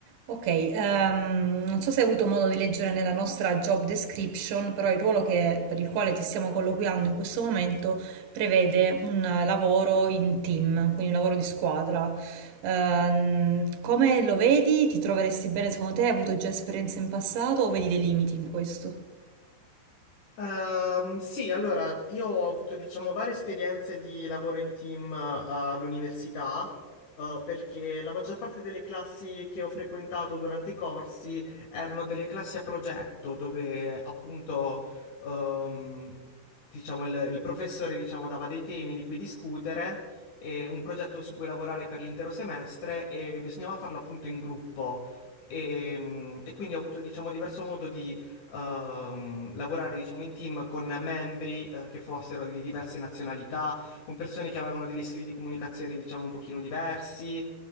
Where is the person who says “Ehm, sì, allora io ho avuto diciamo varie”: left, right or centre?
Left